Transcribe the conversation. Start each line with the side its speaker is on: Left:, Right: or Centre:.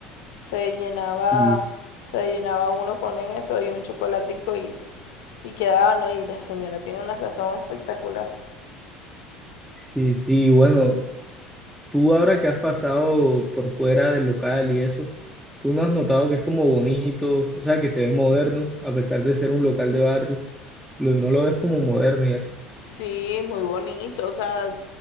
Left: se llenaba,
Centre: Sí,
Left: se llenaba uno con eso y un chocolatico y, y quedaba, ¿no? Y la señora tiene una sazón espectacular.
Centre: sí, sí, bueno, tú ahora que has pasado por fuera del local y eso, tú no has notado que es como bonito, o sea, que se ve moderno, a pesar de ser un local de barrio, lo- no lo ves como moderno y eso.
Left: Sí, muy bonito. O sea,